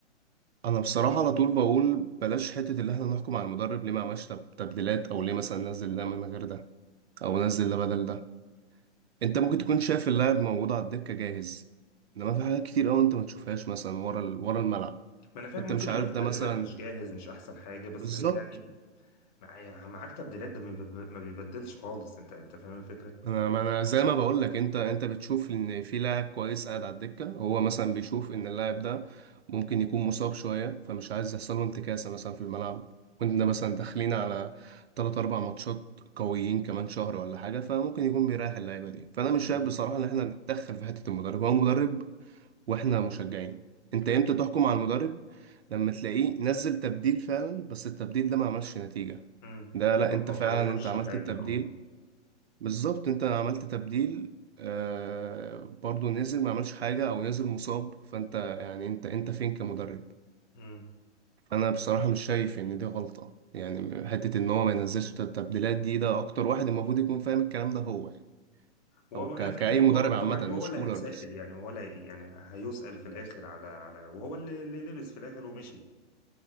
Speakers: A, on the right (about 60°); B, on the left (about 40°).
A: انا بصراحه على طول بقول بلاش حته اللي احنا نحكم على المدرب ليه ما عملش تب- تبديلات او ليه مثلا نزل ده من غير ده او
B: مم.
A: نزل ده بدل ده انت ممكن تكون شايف اللاعب موجود على الدكه جاهز انما في حاجات كتير قوي انت ما تشوفهاش مثلا ورا ال... ورا الملعب
B: ما انا فاهم
A: انت
B: ممكن
A: مش
B: يبقى
A: عارف
B: في التدريبات
A: ده مثلا
B: مش جاهز مش احسن حاجه بس
A: بالظبط
B: يعني مع- معاك تبديلات ده ما بيب- ما بيبدلش خالص انت انت فاهم الفكره
A: انا ما انا زي ما بقول لك انت انت بتشوف ان في لاعب كويس قاعد على الدكه هو مثلا بيشوف ان اللاعب ده ممكن يكون مصاب شويه فمش عايز يحصل له انتكاسه مثلا في الملعب وانت مثلا داخلين على 3 4 ماتشات قويين كمان شهر ولا حاجه فممكن يكون بيريح اللعيبه دي فانا
B: امم
A: مش شايف بصراحه ان احنا نتدخل في حته المدرب هو مدرب واحنا مشجعين انت امتى تحكم على المدرب لما تلاقيه نزل تبديل فعلا بس التبديل ده ما عملش نتيجه
B: مم.
A: ده لا
B: ما
A: انت
B: ما
A: فعلا
B: غيرش
A: انت عملت
B: حاجة
A: التبديل
B: اه
A: بالظبط انت عملت تبديل آه برضو نزل ما عملش حاجة او نزل مصاب فانت يعني انت انت فين كمدرب
B: مم.
A: انا بصراحة مش شايف ان دي غلطة يعني حتة ان هو ما ينزلش التبديلات دي ده اكتر واحد المفروض يكون فاهم الكلام ده هو يعني
B: وهو
A: او ك...
B: انا فاهم
A: كأي
B: هو
A: مدرب
B: اكتر
A: عامة
B: واحد
A: مش
B: وهو اللي
A: كولر
B: هيتسائل
A: بس
B: يعني هو اللي هي- يعني هيسأل في الاخر على على وهو اللي, اللي لبس في الاخر ومشي